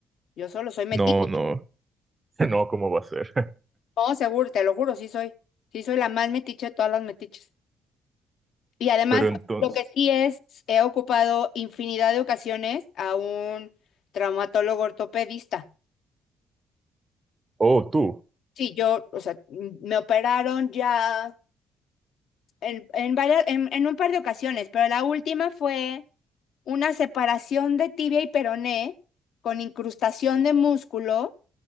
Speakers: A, on the left; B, on the right.
A: Yo solo soy metiche.
B: No, no, <laughs> no, ¿cómo va a ser?
A: No, seguro, te lo juro, sí soy. Sí soy la más metiche de todas las metiches.
B: <laughs>
A: Y además,
B: Pero entonces,
A: lo que sí es, he ocupado infinidad de ocasiones a un traumatólogo ortopedista.
B: oh, tú,
A: Sí, yo, o sea, m- me operaron ya en, en varias, en, en un par de ocasiones, pero la última fue una separación de tibia y peroné con incrustación de músculo